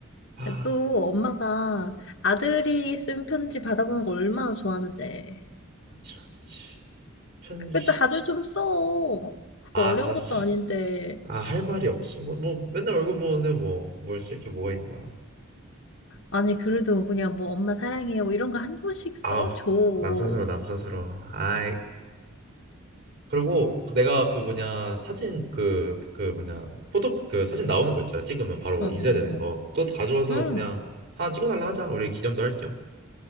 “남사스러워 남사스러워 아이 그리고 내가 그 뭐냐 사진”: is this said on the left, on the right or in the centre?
Right